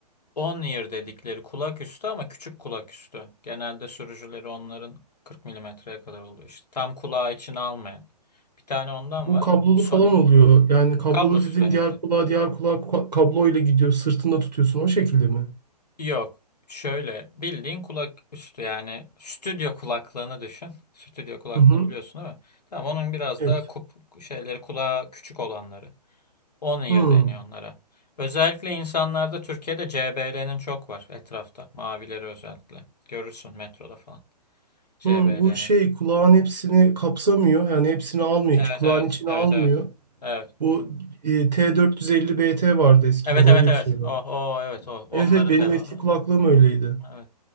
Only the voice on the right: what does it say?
Bu
kablolu
falan oluyor. Yani kablolu
dediğin
diğer kulağa diğer kulağa kablo ile gidiyor. Sırtında tutuyorsun o şekilde mi?
Hı hı.
Evet.
Hı.
Hı, bu şey kulağın hepsini kapsamıyor. Yani hepsini almıyor.
iç- Kulağın
içine
almıyor.
Bu e, T450 BT vardı eskiden
öyle
bir şey vardı.
Evet evet benim
eski kulaklığım öyleydi.